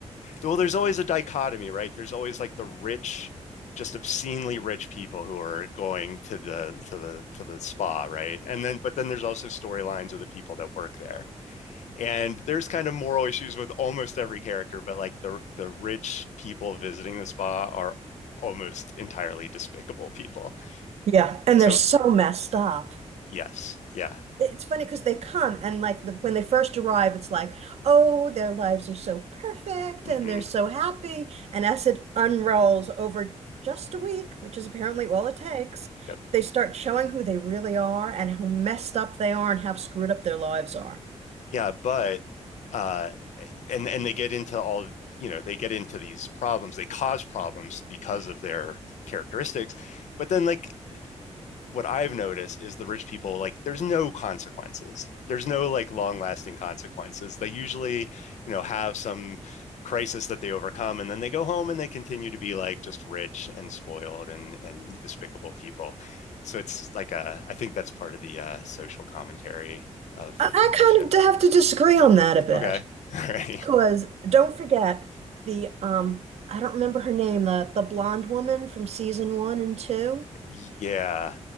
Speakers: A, on the left; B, on the right.
A: Well, there's always a dichotomy, right? There's always like the rich, just obscenely rich people who are going to the to the to the spa, right? And then, but then there's also storylines of the people that work there. And there's kind of moral issues with almost every character, but like the the rich people visiting the spa are almost entirely despicable people.
B: Yeah, and
A: So
B: they're so messed up.
A: yes, yeah,
B: It's funny because they come and like the, when they first arrive, it's like, oh, their lives are so perfect
A: hmm
B: and they're so happy. And as it unrolls over just a week, which is apparently all it takes,
A: yep,
B: they start showing who they really are and how messed up they are and how screwed up their lives are.
A: yeah. But uh, and and they get into all you know they get into these problems. They cause problems because of their characteristics. But then like what I've noticed is the rich people, like, there's no consequences. There's no like long lasting consequences. They usually, you know, have some crisis that they overcome and then they go home and they continue to be like just rich and spoiled and and despicable people so it's like a i think that's part of the uh, social commentary of
B: I, I
A: <laughs> the show
B: kind of have to disagree on that a bit
A: okay <laughs> all right
B: because don't forget the um I don't remember her name, the the blonde woman from season one and two.
A: yeah